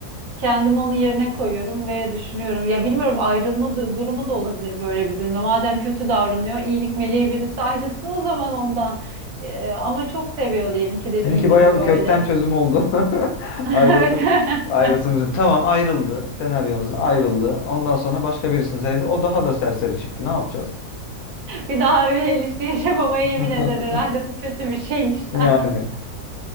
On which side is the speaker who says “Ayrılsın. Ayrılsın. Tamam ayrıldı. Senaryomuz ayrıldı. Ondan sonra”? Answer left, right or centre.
Left